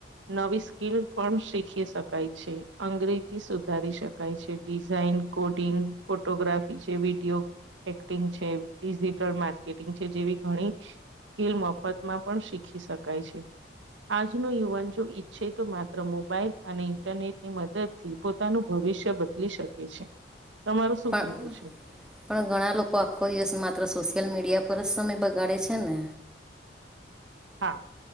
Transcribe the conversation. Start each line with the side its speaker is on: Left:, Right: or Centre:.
Right: નવી સ્કીલ પણ શીખી શકાય છે. અંગ્રેજી સુધારી શકાય છે ડિઝાઇન કોડિંગ ફોટોગ્રાફી છે વિડીયો એક્ટિંગ છે ડિજિટલ માર્કેટિંગ છે જેવી ઘણી સ્કિલ મફતમાં પણ શીખી શકાય છે. આજનો યુવાન જો ઈચ્છે તો માત્ર મોબાઈલ અને ઇન્ટરનેટ ની મદદ થી પોતાનું ભવિષ્ય બદલી શકે છે તમારું શું
Centre: પણ
Right: કેવું છે.
Centre: પણ લોકો આખો દિવસ માત્ર સોશિયલ મીડિયા પર સમય બગાડે છે ને
Right: હા